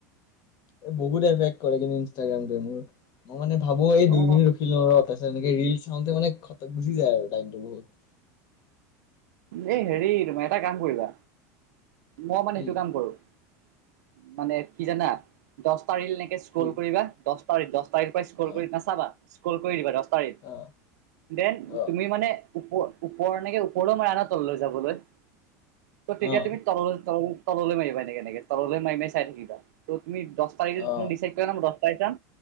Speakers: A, on the left; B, on the right.
A: এই বহুত এফেক্ট কৰে কিন্তু ইনষ্টাগ্ৰামটোৱে মোৰ মই মানে ভাবো এই
B: অ
A: দুই মিনট ৰখিল‌ও ৰ- তাৰপিছত এনেকে ৰিল চাওঁতে মানে গুচি যায় আৰু টাইমটো বহুত। <unintelligible>
B: এই হেৰি তুমি এটা কাম কৰিবা, মইও মানে
A: কি
B: সেইটো কাম কৰোঁ। <unintelligible> মানে কি জানা দহটা ৰিল এনেকে স্ক্ৰল
A: কি
B: কৰিবা। দহ <unintelligible> দহটা ৰিল। ‌ দহটা ৰিল পৰা স্ক্ৰল
A: অ
B: কৰি নাচাবা। স্ক্ৰল কৰি দিবা দহটা ৰিল <unintelligible>
A: অ
B: দেন
A: অ
B: তুমি মানে ওপ <unintelligible> ওপৰ এনেকে ওপৰলৈ মাৰা ন তললৈ যাবলৈ <unintelligible> ত
A: অ
B: তেতিয়া তুমি তললৈ <unintelligible> তললৈ মাৰিবা এনেকে-এনেকে তললৈ মাৰি-মাৰি চাই থাকিবা। <unintelligible> ত তুমি দহটা ৰিল
A: অ
B: ডিচাইড কৰিবা ন দহটা চাম।